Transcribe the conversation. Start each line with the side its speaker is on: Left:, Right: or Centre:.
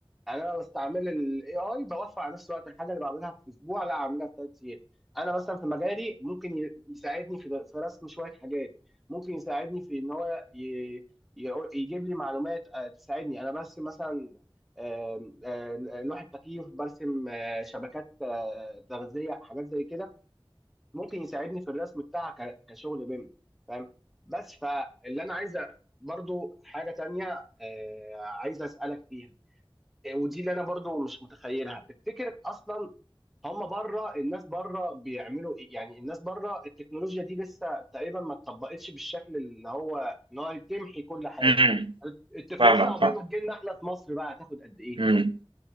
Centre: يعني انا لما بستعمل الاي اي بوفر على نفسي وقت الحاجه اللي بعملها في اسبوع لا اعملها في ثلاث ايام انا مثلا في مجالي ممكن ي- يساعدني في في رسم شويه حاجات ممكن يساعدني في ان هو ي... ي- يجيب لي معلومات آه، تساعدني انا بس مثلا آم، آه، لوحة تكييف برسم آه، شبكات آه، تغذية حاجات زي كده ممكن يساعدني في الرسم بتاعها ك- كشغل بيم فاهم بس فاللي انا عايزه برضو حاجه تانية آه، عايزه اسالك فيها آه، ودي اللي انا برضو مش متخيلها تفتكر اصلا هم بره الناس بره بيعملوا ايه يعني الناس بره التكنولوجيا دي لسه تقريبا ما اتطبقتش بالشكل اللي هو انها تمحي كل حاجه
Right: امم
Centre: التكنولوجيا
Right: فاهمك
Centre: عقبال ما تجيلنا احنا في مصر بقى هتاخد قد ايه
Right: فاهم